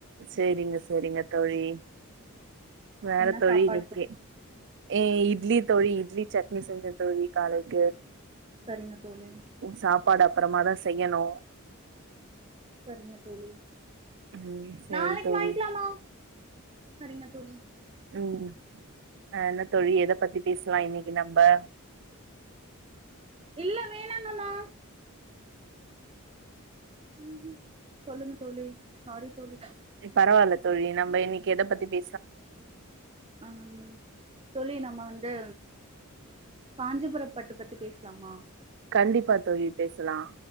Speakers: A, on the right; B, on the right.
A: செரிங்க செரிங்க தோழி வேற
B: என்ன
A: தோழி
B: சாப்பாடு
A: நிக்கிய
B: தோ
A: ஏ இது இட்லி தோழி இட்லி சட்னி செஞ்சு தோழி காலைக்கு
B: சரிங்க தோழி
A: சாப்பாடு அப்பறமாதான் செய்யணோ
B: சரிங்க தோழி
A: ம் சேரி
B: நாளைக்கு
A: தோழி
B: வாங்கிக்கலாமா சரிங்க தோழி
A: உம் ஆஹ் என்ன தோழி எதை பத்தி பேசலா இன்னைக்கு நம்ம
B: இல்ல வேணாங்கண்ணா உஹம் உஹம் சொல்லுங்க தோழி சாரி தோழி
A: பரவாயில்ல தோழி நம இன்னைக்கு எதை பத்திச
B: உஹம் தோழி நம்ம வந்து காஞ்சிபுர பட்டு பத்தி பேசலாமா
A: கண்டிப்பா தோழி பேசலா